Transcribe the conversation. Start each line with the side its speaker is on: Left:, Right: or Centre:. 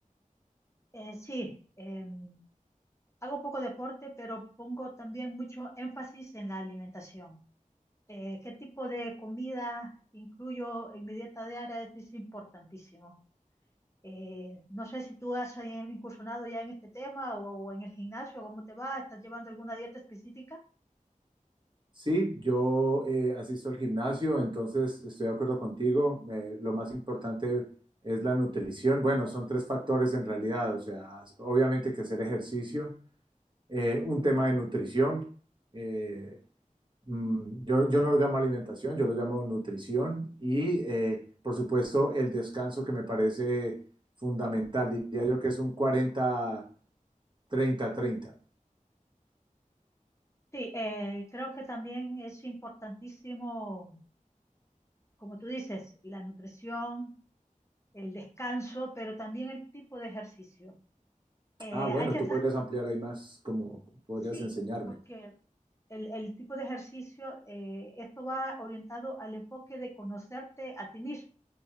Left: Eh, sí, em, hago poco deporte, pero pongo también mucho énfasis en la alimentación. Eh, ¿qué tipo de comida incluyo en mi dieta diaria? Es, es importantísimo. Eh, no sé si tú has eh, incursionado ya en este tema o, o en el gimnasio, ¿cómo te va? ¿Estás llevando alguna dieta específica?
Right: Sí, yo eh, asisto al gimnasio, entonces estoy de acuerdo contigo. eh, lo más importante es la nutrición. Bueno, son tres factores en realidad, o sea, obviamente que hacer ejercicio, eh, un tema de nutrición. eh, Mm, Yo, yo no lo llamo alimentación, yo lo llamo nutrición y, eh, por supuesto, el descanso que me parece fundamental. Diría yo que es un 40 30 30.
Left: Sí, eh, creo que también es importantísimo, como tú dices, la nutrición el descanso, pero también el tipo de ejercicio. Eh,
Right: Ah, bueno,
Left: hay que
Right: tú
Left: saber,
Right: podrías ampliar ahí más, como podrías
Left: sí,
Right: enseñarme.
Left: porque el, el tipo de ejercicio, eh, esto va orientado al enfoque de conocerte a ti mismo,